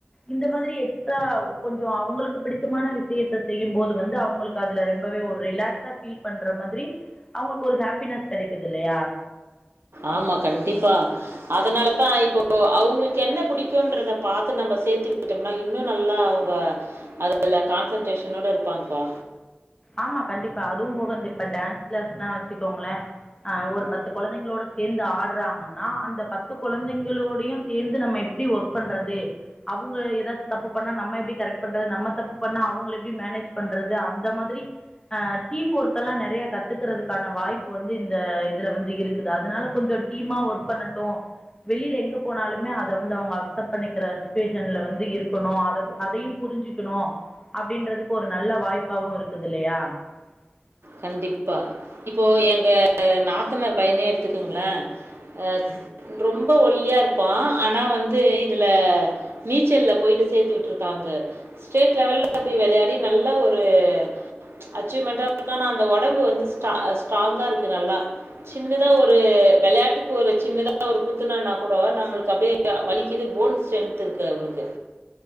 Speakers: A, on the left; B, on the right.
A: இந்த மாதிரி எக்ஸ்ட்ரா கொஞ்சு அவங்களுக்கு பிடிச்சமான விஷயத்த செய்யும் போது வந்து அவங்களுக்கு அதுல ரொம்பவே ஒரு ரிலாக்ஸா ஃபீல் பண்ற மாதிரி அவங்களுக்கு ஒரு ஹாப்பினஸ் கெடைக்குது இல்லையா
B: ஆமா கண்டிப்பா அதனாலதா இப்போ அவங்குளுக் கெண்ண புடிக்குன்றத பாத்து நம்ம சேர்த்துவிட்டோம்னா இன்னு நல்லா அவங்க அதுல கான்சென்ட்ரேஷனோடு இருப்பாங்கபா
A: ஆமா கண்டிப்பா அதுவு போக இப்ப டான்ஸ் கிளாஸ்னா வச்சுக்கோங்களே ஆ ஒரு பத்து குழந்தைங்களோட சேர்ந்து ஆடுறாங்கன்னா அந்த பத்து குழந்தைங்களோடையு சேர்ந்து நம்ம எப்படி ஒர்க் பண்றது அவங்க எதாச்சு தப்பு பண்ணா நம்ம எப்படி கரெக்ட் பண்றது நம்ம தப்பு பண்ணா அவங்க எப்டி மேனேஜ் பண்றது அந்த மாதிரி அ டீம் ஒர்க் எல்லா நெறைய கத்துக்கிறதுக்கான வாய்ப்பு வந்து இந்த இதுல வந்து இருக்குது அதனால கொஞ்சு டீமா ஒர்க் பண்ணட்டு வெளியில எங்க போனாலுமே அத வந்து அவங்க அக்சப்ட் பண்ணிக்கிற சுச்சுவேஷன்ல வந்து இருக்கணு அத அதையு புரிஞ்சுக்கணு அப்படின்றதுக்கு ஒரு நல்ல வாய்ப்பாவு இருக்கு <unintelligible>
B: கண்டிப்பா இப்போ எங்க நாத்தனார் பையன எடுத்துக்குங்களே ஆ ரொம்ப ஒல்லியா இருப்பா ஆனா வந்து இதுல நீச்சல்ல போயிட்டு சேத்துவிட்ருக்காங்க ஸ்டேட் லெவல்ல போய் விளையாடி நல்ல ஒரு ம்ச் அச்சீவ்மெண்ட்டா அதற்கான அந்த ஒடம்பு வந்து ஸ்டா ஸ்ட்ராங்கா இருக்கு நல்லா சின்னதா ஒரு வெளையாட்டுக்கு ஒரு சின்னதா ஒரு குத்துனனா கூட நம்மளுக்கு அப்படியே வலிக்குது போன் ஸ்ட்ரென்த் இருக்கு அவனுக்கு